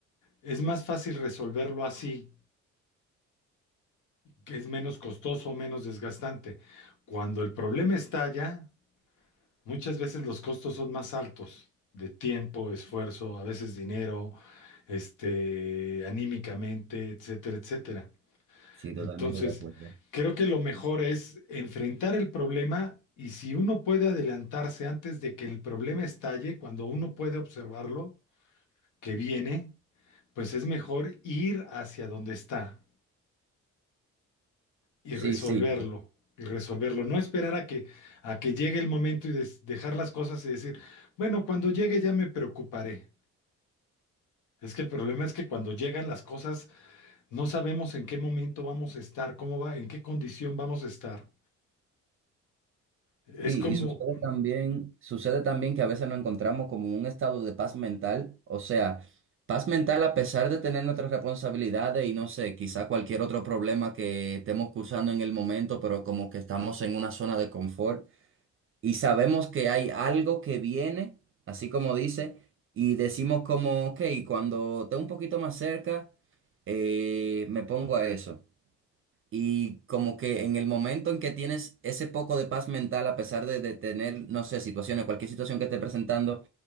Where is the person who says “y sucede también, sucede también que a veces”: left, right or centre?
Right